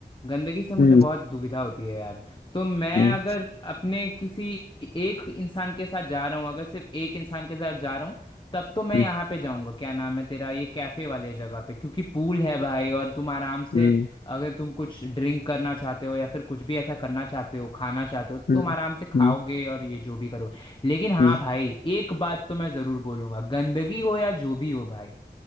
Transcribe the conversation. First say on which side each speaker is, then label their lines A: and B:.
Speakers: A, on the left (about 30°); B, on the left (about 70°).
A: गंदगी से मुझे
B: हम्म
A: बहुत दुविधा होती है यार तो मैं
B: हम्म
A: अगर अपने किसी एक इंसान के साथ जा रहा हूँ अगर सिर्फ एक इंसान के साथ जा रहा हूँ तब तो मैं
B: हम्म
A: यहाँ पे जाऊँगा क्या नाम है तेरा ये कैफे वाले जगह पे क्योंकि पूल है भाई और तुम आराम से
B: हम्म
A: अगर तुम कुछ ड्रिंक करना चाहते हो या फिर कुछ भी ऐसा करना चाहते हो खाना चाहते हो तो
B: हम्म
A: तुम आराम से खाओगे
B: हम्म
A: और ये जो भी करोगे लेकिन हाँ
B: हम्म,
A: भाई एक बात तो मैं ज़रूर बोलूंगा गंदगी हो या जो भी हो भाई